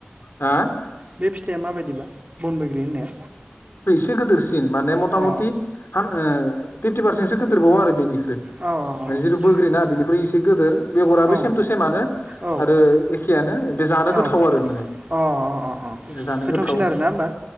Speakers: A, on the left; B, on the right.
A: हा
B: बे फिथाइया माबायदिबा बन बैग्रि होननाया
A: बे गेदिरसिन माने मथा
B: अ
A: मथि ओ फिफ्टि पारसेन्टसो गोदोरबावो आरो बेनि बि
B: अ औ
A: माने जिथु बोग्रिनाा बेनिख्रुइ एसे गिदिर बेगराबो
B: औ
A: सेम थटु सेमानो
B: औ
A: आरो एखेयानो बे जानो
B: औ
A: गोथाव आरो माने
B: औ अ अ अ
A: जानो
B: गोथावसिन
A: गोथाव
B: आरोना होमबा